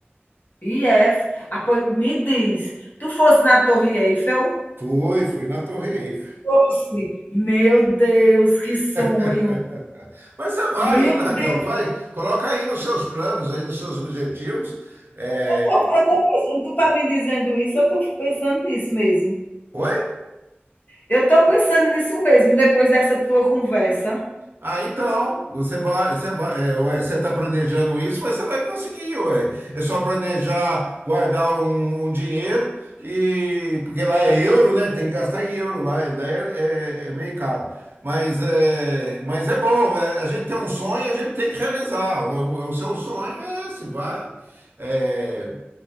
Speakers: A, on the left; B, on the right.
A: E é. Ah, pois me diz, tu fosse na Torre Eiffel?
B: Foi, foi na Torre Eiffel.
A: Fosse. Meu Deus, que sonho.
B: <laughs> Mas você vai
A: Meu
B: ainda, Raquel,
A: Deus,
B: vai, coloca aí nos seus planos, aí nos seus objetivos. É,
A: eu tô eu tô pensando, tu tá me dizendo isso, eu tô pensando nisso mesmo.
B: Oi?
A: Eu tô pensando nisso mesmo, depois dessa tua conversa.
B: Ah, então, você vai, você vai, é, ué, você está planejando isso, mas você vai conseguir, ué. É só planejar, guardar um, um dinheiro e porque lá é euro, né? Tem que gastar em euro lá, e daí é, é- é meio caro. Mas é, mas é bom. é, a gente tem um sonho, a gente tem que realizar. O, o- seu sonho é esse, vai. É,